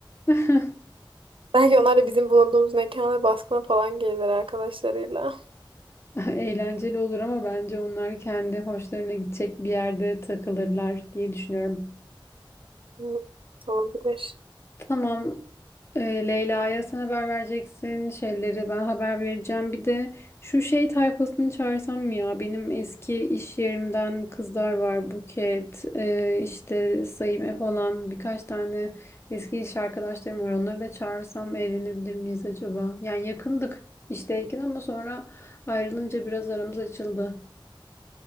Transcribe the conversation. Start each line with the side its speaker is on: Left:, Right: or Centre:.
Left: <laughs>
Right: Belki onlar da bizim bulunduğumuz mekana baskına falan gelirler arkadaşlarıyla.
Left: <laughs> Eğlenceli olur ama bence onlar kendi hoşlarına gidecek bir yerde takılırlar diye düşünüyorum.
Right: Hı, Olabilir.
Left: Tamam. Ee, Leyla'ya sen haber vereceksin. Şeyleri ben haber vereceğim. Bir de şu şey tayfasını çağırsam mı ya? Benim eski iş yerimden kızlar var. Buket, e, işte Saime falan birkaç tane eski iş arkadaşlarım var. Onları da çağırsam eğlenebilir miyiz acaba? Yani yakındık işteyken ama sonra ayrılınca biraz aramız açıldı.